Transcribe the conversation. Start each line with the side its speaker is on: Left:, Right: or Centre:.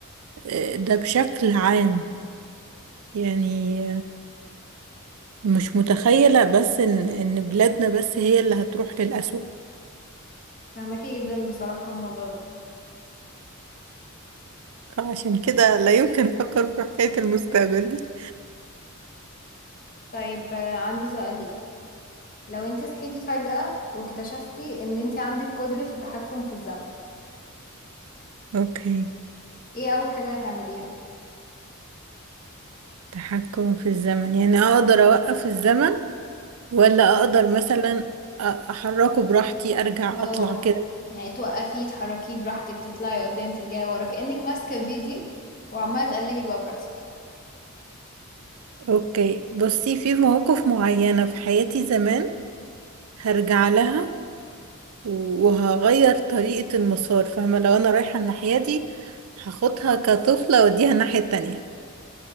Right: آه، ده بشكل عام يعني مش متخيلة بس إن إن بلادنا بس هي اللي هتروح للأسوأ
Left: فهماكي جدا بصراحة الموضوع ده
Right: فعشان كده لا يمكن أفكر في حكاية المستقبل دي
Left: طيب آه، عندي سؤال ليك لو انت صحيتي فجأة واكتشفتي ان انت عندك قدرة التحكم في الزمن
Right: أوكي
Left: ايه اول حاجة هتعمليها
Right: تحكم في الزمن يعني أقدر أوقف الزمن ولا أقدر مثلا أ- أحركه براحتي أرجع
Left: اه
Right: أطلع كده
Left: يعني توقفيه تحركيه براحتك تطلعي قدام ترجعي ورا كأنك ماسكة فيديو وعمالة تقلبي بقى براحتك
Right: أوكي بصي في مواقف معينة في حياتي زمان هرجع لها وهغير طريقة المسار فاهمة لو أنا رايحة الناحية دي هاخدها كطفلة وأوديها الناحية التانية